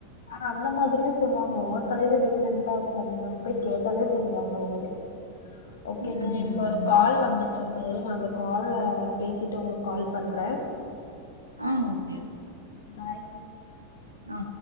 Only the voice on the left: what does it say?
ஆனா அந்த மாதிரியு சொல்வாங்க ஒவ்வொரு கடையில டிஃப்ரெண்டா இருக்கூ நம்ம போயி கேட்டாலே சொல்வாங்க அவுங்களே ஓகேங்க
எனக்கு ஒரு கால் வந்துட்ருக்கு நா அந்த கால பேசிட்டு உங்களுக்கு கால் பண்ற
பாய்